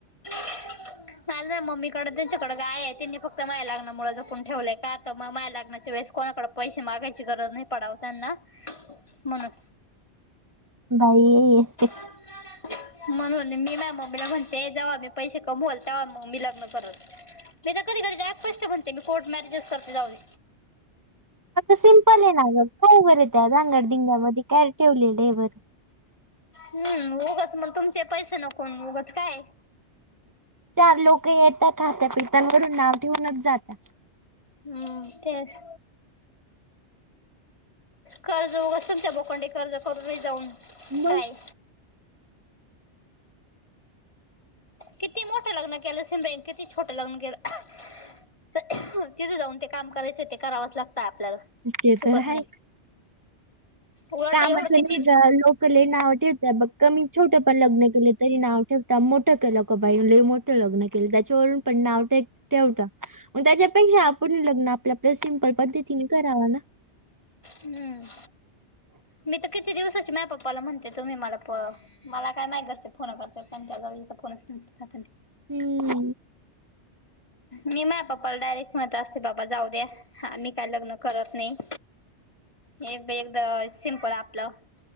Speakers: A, on the left; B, on the right.
A: <inaudible> नाही ना मम्मीकड त्यांच्याकडें गाय आहे, त्यांनी फक्त माझ्या लग्नामुळ जपून ठेवलंय, का तर मग माया लगनाच्या वेळेस कोणाकड पैसे मागायची गरज नाही पडाव त्यांना म्हणून.
B: बाई
A: <inaudible> म्हणून मी मा मम्मीला म्हणते, जवा मी पैसे कमवल, तवा म मी लग्न करल. मी तर कधी- कधी डायरेक्ट पष्ट म्हणते. मी कोर्ट मॅरेजेस करते, जाऊदे.
B: आता सिम्पलय ना ग. काय बरं त्या रांगडधंग्यामध्ये काय ठेवलेलं आहे बरं.
A: हम्म, उगच मग तुमचे पैसे नको म उगच काय?
B: चार लोक येता, खात्या- पिता, वरून नाव ठेऊनच जाता.
A: हम्म. तेच. कर्ज उगाच तुमच्या बोकांडी कर्ज करून जाऊन,
B: मग
A: काय? किती मोठं लग्न केलं, सिमरा किती छोटं लग्न केलं तर, तिथे जाऊन ते काम करायचं, ते करावंच लागतं आपल्याला.
B: ते
A: चुकत
B: तर
A: नाही
B: हाय.
A: उलट
B: कामाचं
A: एवढं किती
B: नाही गं. लोक लोक लय नाव ठिवट्यात बघ. कमी छोट पण लग्न केलं तरी, नाव ठेवता मोठं केलं क बाई लय मोठ लग्न केलं. त्याच्यावरून पण नाव ठेव ठेवता. मग त्याच्यापेक्षा आपण लग्न आपलं, आपल्या सिमपल पद्धतीने कराव ना?
A: हम्म. मी तर किती दिवसाची माझ्या पप्पाला म्हणते, तुम्ही मला प मला काय नाही घरचें फोनं करत्यात. कारण त्या जावचा फोनच नाही उचलत आता मी.
B: हम्म.
A: मी माया पप्पाला डायरेक्ट म्हणत असते. बाबा जाऊ द्या. हा मी काय लग्नं करत नाही. एक- एकदा सिमपल आपलं